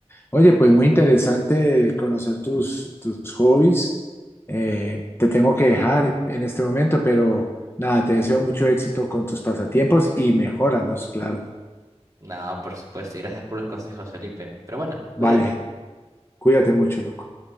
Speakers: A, on the left (about 20°); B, on the right (about 30°).
A: Oye, pues muy interesante conocer tus, tus hobbies. Eh, te tengo que dejar en este momento, pero nada, te deseo mucho éxito con tus pasatiempos y mejóralos, claro.
B: No, por supuesto. y Gracias por los consejos, Felipe. Pero bueno,
A: Vale,
B: cuídate.
A: cuídate mucho, loco.